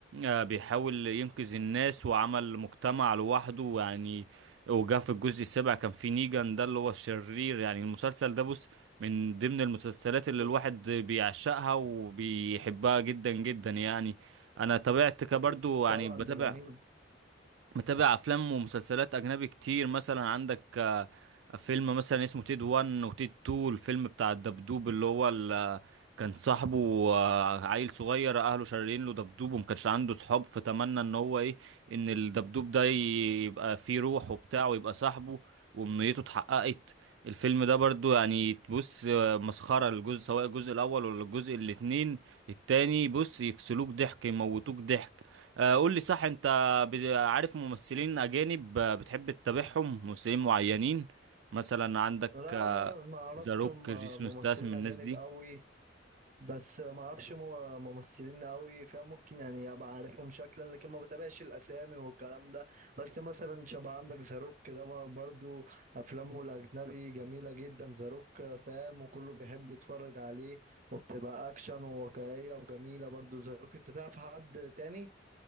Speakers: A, on the right; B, on the right.
A: آه بيحاول ينقذ الناس وعمل مجتمع لوحده ويعني وجا في الجزء السابع كان في نيجان ده اللي هو الشرير يعني المسلسل ده بص من ضمن المسلسلات اللي
B: بص
A: الواحد بيعشقها وبيحبها جدا جدا يعني انا طبيعتي كبرضو يعني
B: طبعا
A: بتابع
B: ده جميل
A: متابع افلام ومسلسلات اجنبي كتير مثلا عندك آه، فيلم مثلا اسمه تيد 1 وتيد 2 الفيلم بتاع الدبدوب اللي هو ال- آه، كان صاحبه آه، عيل صغير اهله شاريين له دبدوب وما كانش عنده صحاب فتمنى ان هو ايه ان الدبدوب ده يبقى فيه روح وبتاع ويبقى صاحبه وامنيته اتحققت الفيلم ده برضو يعني تبص آه، مسخرة الجزء سواء الجزء الاول ولا الجزء الاتنين التاني بص يفصلوك ضحك يموتوك ضحك آه، قول لي صح انت ب- عارف ممثلين أجانب آه، بتحب تتابعهم ممثلين معينين مثلا عندك
B: لا انا ما اعرفش
A: ذا روك
B: هم
A: جيسون
B: ممثلين
A: ستاثام الناس
B: اجانب
A: دي
B: قوي بس ما اعرفش هم ممثلين قوي فاهم ممكن يعني ابقى عارفهم شكلا لكن ما بتابعش الاسامي والكلام ده بس مثلا شبه عندك زاروك كده ما برضو افلامه الاجنبي جميله جدا زاروك فاهم وكله بيحب يتفرج عليه وبتبقى اكشن وواقعيه وجميله برضو زاروك انت تعرف حد تاني